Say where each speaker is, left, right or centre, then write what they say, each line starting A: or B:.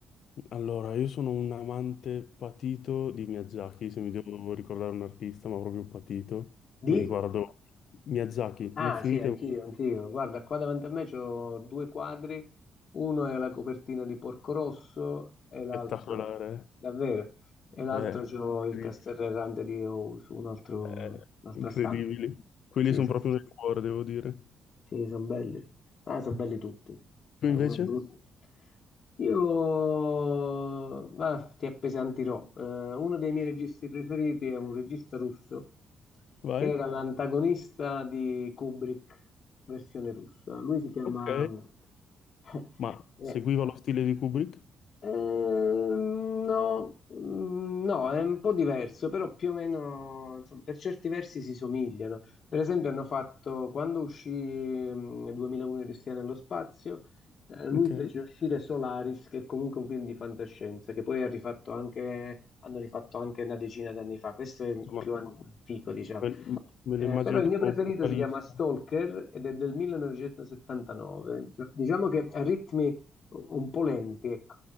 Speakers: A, on the left; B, on the left.
A: Allora, io sono un amante patito di Miyazaki, se mi devo ricordare un artista, ma proprio patito.
B: Di?
A: Mi riguardo Miyazaki,
B: Ah
A: infinite
B: sì, anch'io,
A: volte,
B: anch'io. Guarda, qua davanti a me c'ho due quadri, uno è la copertina di Porco Rosso e l'altro,
A: spettacolare.
B: davvero, e l'altro
A: Eh,
B: c'ho
A: incredibile.
B: il Castelrerrante di Ous, un altro,
A: Eh,
B: un'altra
A: incredibili.
B: stampa.
A: Quelli
B: Sì,
A: sono
B: sì,
A: proprio
B: sì.
A: nel cuore, devo dire.
B: Sì, sono belli. Ah, sono belli tutti.
A: Tu
B: È
A: invece?
B: uno brutto. Io, ma ti appesantirò. Eh, uno dei miei registi preferiti è un regista russo
A: Vai?
B: che era l'antagonista di Kubrick, versione russa. Lui si chiama...
A: Ok.
B: <laughs>
A: Ma
B: eh,
A: seguiva lo stile di Kubrick?
B: Ehm, no, mm, no, è un po' diverso, però più o meno, insomma, per certi versi si somigliano. Per esempio hanno fatto, quando uscì mh, 2001 Cristiano nello spazio, eh, lui
A: Ok.
B: fece uscire Solaris, che è comunque un film di fantascienza, che poi ha rifatto anche, hanno rifatto anche una decina d'anni fa, questo è il
A: Insomma,
B: più antico, diciamo.
A: Me, me
B: Eh,
A: lo immagino
B: però il
A: tipo
B: mio preferito
A: brutalista.
B: si chiama Stalker ed è del 1979, Dic- diciamo che ha ritmi un po' lenti, ecco,